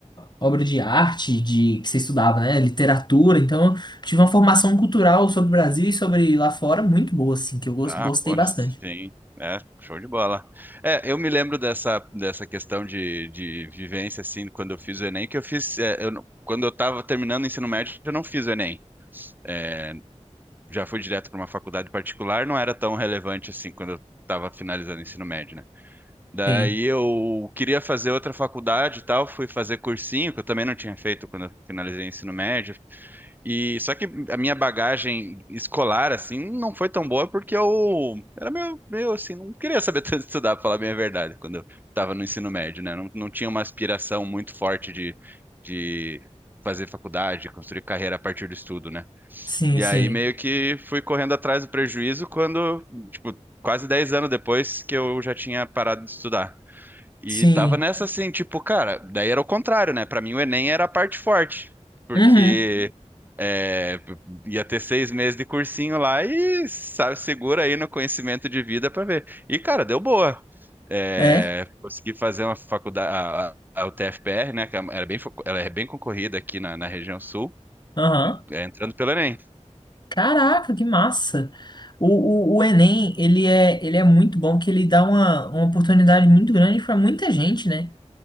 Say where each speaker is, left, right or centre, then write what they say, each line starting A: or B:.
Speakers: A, on the left; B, on the right.
A: obra de arte, de que você estudava, né? Literatura. Então, eu tive uma formação cultural sobre o Brasil e sobre lá fora muito boa, assim, que eu gos-
B: Ah,
A: gostei
B: pô,
A: bastante.
B: sim. É, show de bola. É, eu me lembro dessa, dessa questão de, de vivência, assim, quando eu fiz o Enem, que eu fiz. é, eu não- quando eu tava terminando o ensino médio, eu não fiz o Enem. É, já fui direto para uma faculdade particular, não era tão relevante assim quando eu estava finalizando o ensino médio, né? Daí
A: Sim,
B: eu queria fazer outra faculdade e tal, fui fazer cursinho, que eu também não tinha feito quando eu finalizei o ensino médio. E só que a minha bagagem escolar, assim, não foi tão boa porque eu era meio, meio assim, não queria saber <laughs> tanto estudar, pra falar bem a verdade, quando eu estava no ensino médio, né? Não, não tinha uma aspiração muito forte de, de fazer faculdade, construir carreira a partir do estudo, né?
A: sim,
B: E
A: sim,
B: aí meio que fui correndo atrás do prejuízo quando, tipo, quase 10 anos depois que eu já tinha parado de estudar. E
A: sim.
B: tava nessa assim, tipo, cara, daí era o contrário, né? Pra mim o Enem era a parte forte, porque
A: Uhum.
B: é, ia ter seis meses de cursinho lá e, sabe, segura aí no conhecimento de vida pra ver. E, cara, deu boa. É,
A: É,
B: consegui fazer uma faculdade, a, a a UTFPR, né? Que era bem, fo- ela é bem concorrida aqui na, na região sul,
A: aham.
B: é, entrando pelo Enem.
A: Caraca, que massa! O, o, o Enem, ele é, ele é muito bom, que ele dá uma, uma oportunidade muito grande para muita gente, né?